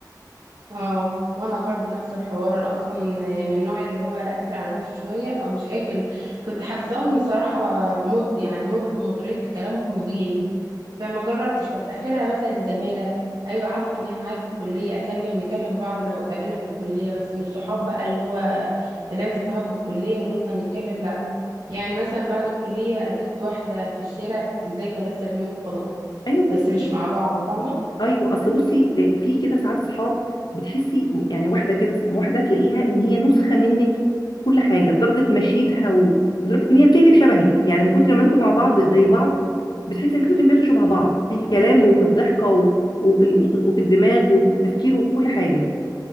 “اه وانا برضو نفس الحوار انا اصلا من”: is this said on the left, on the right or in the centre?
Right